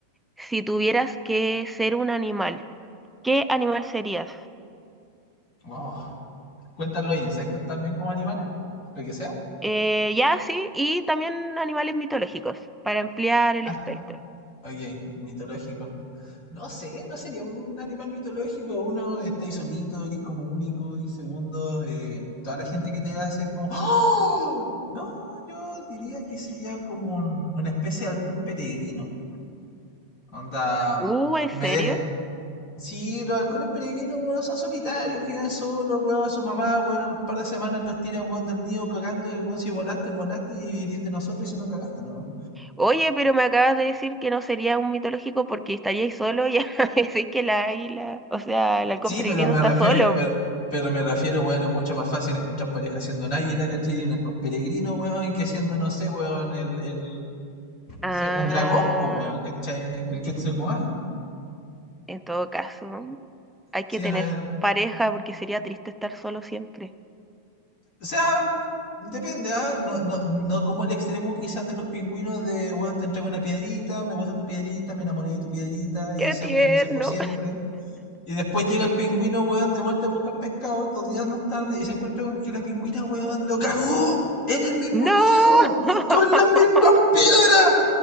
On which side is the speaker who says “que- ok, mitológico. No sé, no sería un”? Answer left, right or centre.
Left